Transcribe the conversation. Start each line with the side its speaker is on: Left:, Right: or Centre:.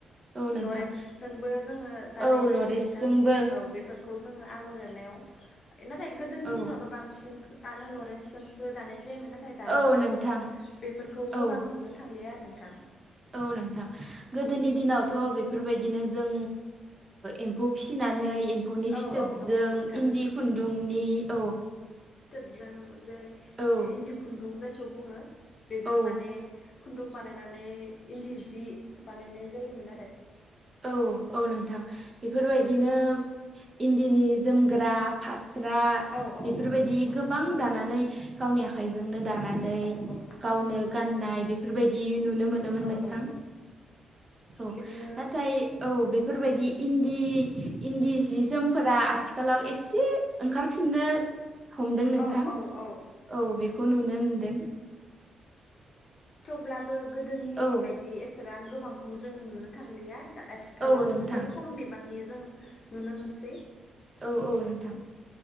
Right: औ नोंथां
Left: लरेसजोंबो जोङो दानाय
Right: औ लरेसजोंबो
Left: जायो नोंथां औ बेफोरखौ जोङो आगर एरनायाव नाथाय गोदोनि
Right: औ
Left: दिनावथ' बांसिन आन लरेसजोंसो दानाय जायोमोन। नाथाय दानि
Right: औ
Left: दिनाव
Right: नोंथां
Left: बेफोरखौ गोबां
Right: औ
Left: नुनो थांलिया आरो नोंथां
Right: औ नोंथां गोदोनि दिनावथ' बेफोरबायदिनो जों एम्फौ फिसिनानै एम्फौनि
Left: औ
Right: फिथोबजों
Left: औ नंगौ नोंथां
Right: इन्दि खुन्दुंनि औ
Left: ज ज
Right: औ
Left: इदि खुन्दुं जायखौ बुङो बेजों
Right: औ
Left: माने खुन्दुं बानायनानै इन्दि जि बानायनाय जायोमोन आरो।
Right: औ औ नोंथां बेफोरबायदिनो इन्दिनि जोमग्रा फास गथ्रा
Left: औ औ
Right: बेफोरबायदि
Left: नंगौ नोंथां
Right: गोबां दानानै गावनि आखाइजोंनो द
Left: औ औ
Right: गावनो गाननाय बेफोरबायदि नुनो मोनोमोन
Left: औ
Right: नोंथां
Left: औ
Right: औ।
Left: बिदिनो
Right: नाथाय औ बेफोरबायदि इन्दि इन्दि सि जोमफोरा आथिखालाव एसे ओंखार फिननो हमदों नोंथां
Left: औ औ औ
Right: औ बेखौ नुनो मोनदों।
Left: थेवब्लाबो गोदोनि
Right: औ
Left: बायदि एसेबां आं गोबां खौ जों नुनो थांलिया दा आथिखालाव
Right: औ नोंथां
Left: जोबोर खम बिबांनि जों नुनो मोनसै।
Right: औ औ नोंथां।